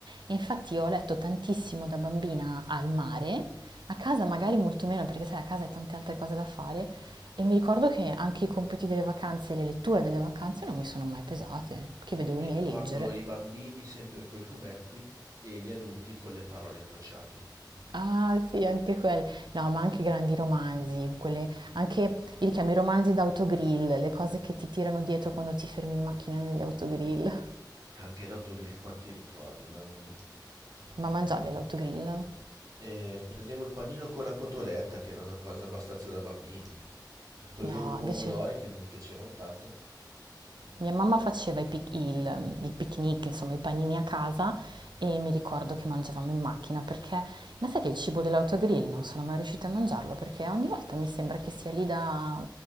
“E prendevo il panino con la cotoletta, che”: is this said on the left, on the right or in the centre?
Right